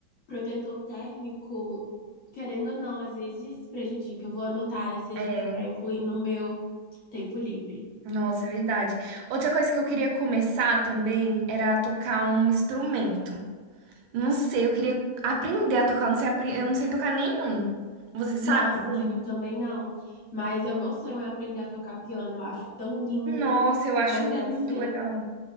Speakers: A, on the left (about 60°); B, on the right (about 75°).
A: protetor térmico, querendo ou não, às vezes prejudica. Eu vou anotar essa
B: é.
A: dica para incluir no meu tempo livre.
B: Nossa, é verdade. Outra coisa que eu queria começar também era a tocar um instrumento. Não sei, eu queria aprender a tocar, eu não sei, apre- eu não sei tocar nenhum. Você sabe?
A: Nossa,
B: algum?
A: eu também não. Mas é o meu sonho é aprender a tocar piano. Eu acho tão lindo,
B: Nossa, eu acho
A: mas deve
B: muito
A: ser,
B: legal.